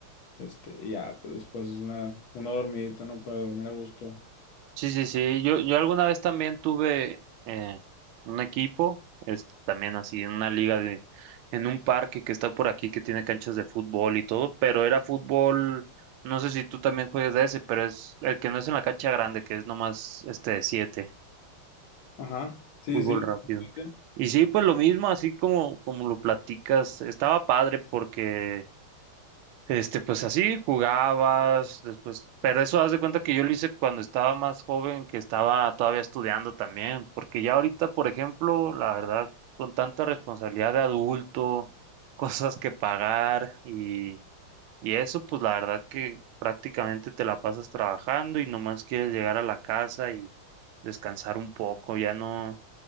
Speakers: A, on the left; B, on the right.
A: Este, y ya, pues después es una, una dormidita, ¿no? Para dormir a gusto.
B: Sí, sí, sí. Yo, yo alguna vez también tuve eh, un equipo, este, también así en una liga de, en un parque que está por aquí que tiene canchas de fútbol y todo, pero era fútbol, no sé si tú también juegas de ese, pero es el que no es en la cancha grande, que es nomás este de siete,
A: Ajá, sí,
B: fútbol
A: sí.
B: rápido.
A: sí.
B: Y sí, pues lo mismo, así como, como lo platicas, estaba padre porque este, pues así jugabas, después, pero eso haz de cuenta que yo lo hice cuando estaba más joven, que estaba todavía estudiando también, porque ya ahorita, por ejemplo, la verdad, con tanta responsabilidad de adulto, <laughs> cosas que pagar y, y eso, pues la verdad que prácticamente te la pasas trabajando y nomás quieres llegar a la casa y descansar un poco, ya no,